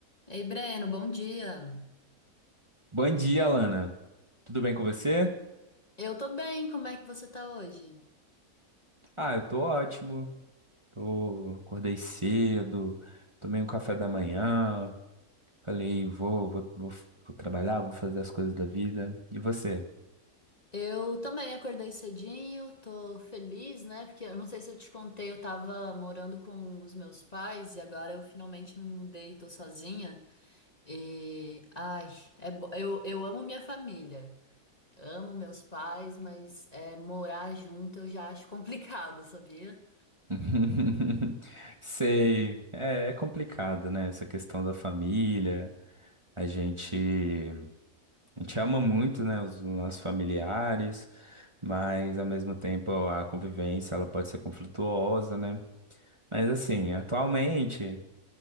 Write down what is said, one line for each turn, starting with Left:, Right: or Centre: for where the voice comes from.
Left: Ei, Breno, bom dia.
Right: Bom dia, Alana. Tudo bem com você?
Left: Eu tô bem, como é que você tá hoje?
Right: Ah, eu tô ótimo. Tô, acordei cedo, tomei um café da manhã, falei, vou, vou, vou, vou trabalhar, vou fazer as coisas da vida. E você?
Left: Eu também acordei cedinho, tô feliz, né? Porque eu não sei se eu te contei, eu tava morando com os meus pais e agora eu finalmente me mudei, tô sozinha. E ai, é bo- eu, eu amo minha família, amo meus pais, mas é, morar junto eu já acho <laughs> complicado, sabia?
Right: <laughs> Sei, é, é complicado, né? Essa questão da família. A gente, a gente ama muito, né, os nossos familiares, mas ao mesmo tempo a convivência ela pode ser conflituosa, né? Mas assim, atualmente.